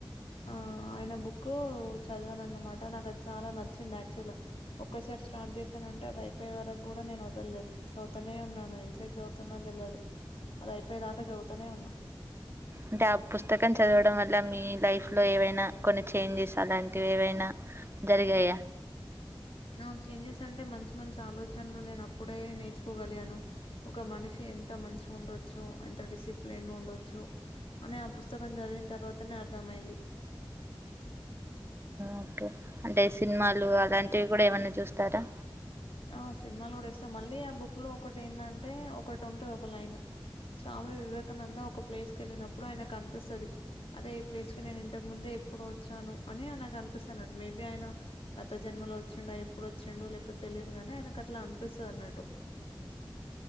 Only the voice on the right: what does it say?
అంటే ఆ పుస్తకం చదవడం వల్ల మీ లైఫ్ లో ఏవైనా కొన్ని చేంజెస్ అలాంటివి ఏవైనా జరిగాయా
ఓకే అంటే సినిమాలు అలాంటివి కూడా ఏమన్నా చూస్తారా